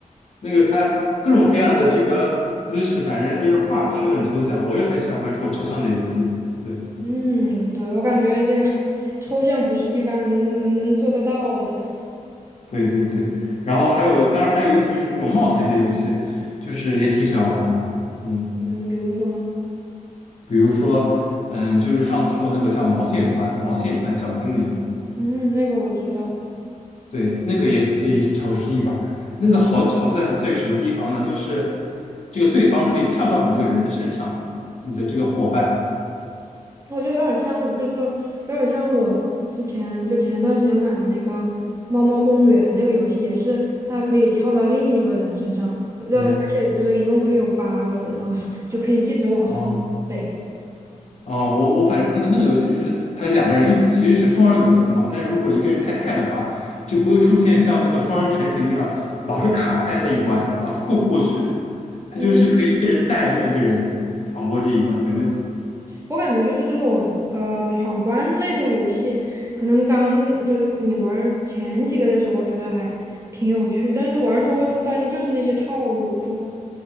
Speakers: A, on the left (about 55°); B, on the right (about 20°).
A: 那个它各种各样的这个姿势，反正就是画风就很抽象，我也很喜欢玩这种抽象的游戏。对。
B: 嗯，对，我感觉这个抽象不是一般人能能能做得到的。
A: 对对对，然后还有，当然还有一些就是那种冒险类游戏，就是也挺喜欢玩的。嗯，
B: 嗯，比如说呢？
A: 比如说，嗯，就是上次说那个叫毛线团，毛线团小精灵，
B: 嗯，那个我知道。
A: 对，那个也可以尝试一把。那个好好处在在于什么地方呢？就是这个对方可以跳到你这个人的身上，你的这个伙伴，
B: 我觉得有点像，就是有点像我之前就前段时间买的那个《猫猫公园》那个游戏，也是它可以跳到另一个人身上，呃，
A: 嗯，
B: 而且就是一共可以有八个人，然后 <laughs> 就可以一直往上垒。
A: 然后。哦，我我反正那个那个游戏就是它是两个人一起，其实是双人游戏嘛。但是如果一个人太菜的话，就不会出现像那个双人成型那样，老是卡在那一关，老是过不过去。它就是可以一个人带另一个人闯过这一关，
B: 嗯，
A: 没问题。
B: 我感觉就是这种呃闯关类的游戏，可能刚就是你玩儿前几个的时候觉得还挺有趣，但是玩儿多就发现就是那些套路，就